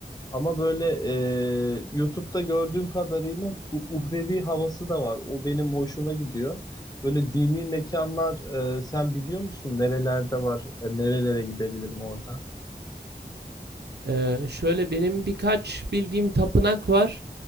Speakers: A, on the left (about 20°); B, on the right (about 80°).
A: Ama böyle e, YouTube'da gördüğüm kadarıyla bu uhrevi havası da var. O benim hoşuma gidiyor. Böyle dini mekanlar e, sen biliyor musun nerelerde var? E, nerelere gidebilirim orada?
B: Eee, şöyle benim birkaç bildiğim tapınak var.